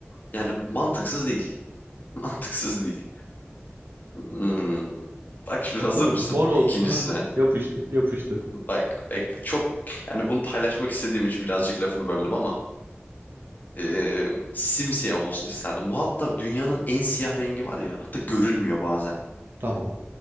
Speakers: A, on the left (about 40°); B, on the right (about 55°).
A: Yani mantıksız değil. <laughs> Mantıksız değil. Hmm. Bak şimdi hazır
B: Moruk
A: mısın
B: mor olsun.
A: ikincisine?
B: <laughs> Yapıştır yapıştır.
A: Bak, bak çok yani bunu paylaşmak istediğim için birazcık lafını böldüm ama e, simsiyah olsun isterdim. Bu hatta dünyanın en siyah rengi var ya hatta görülmüyor bazen.
B: Tamam.